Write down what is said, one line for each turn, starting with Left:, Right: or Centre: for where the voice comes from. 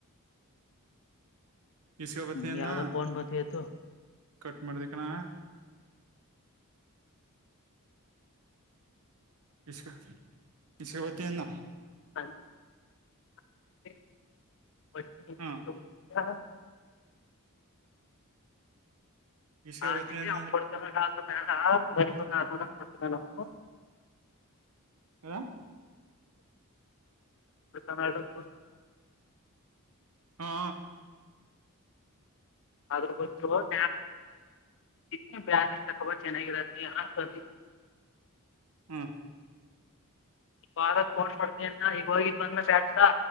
Right: ಇಸ್ಕೊ ಬತ್ತನಿ
Left: ಹ್ಮ್
Right: ಅನ್ನ
Left: ಯಾವ್ದೋ ಫೋನ್ ಬಂದಿತ್ತು
Right: ಕಟ್ ಮಾಡದಕ್ಕೆಣ ಇಸ್ಕ ಬತ್ತೀನಿ
Left: ಹ <unintelligible> <inaudible>
Right: ಹಾ
Left: ಹತ
Right: ಇಸ್ಕ ಬತ್ನಿ ಅನ್ನ ಅದೇ
Left: ಬ ನ <unintelligible>
Right: ಹಿವ
Left: ಸೂ
Right: ಹಾ
Left: ಅದ್ರ ಗ ನ ಬ್ಯಾಲಸ್ ತಕೊಬ ಚೆನ್ನಾಗಿರತ್ತ
Right: ಹ್ಮ
Left: ಇವಾಗ ಕೋಡ್ ಮಾಡಡ್ತನಿನ್ನ ಈಗ ಹೋಗಿ ಬಂದ ಬ್ಯಾಟ್ಕಾ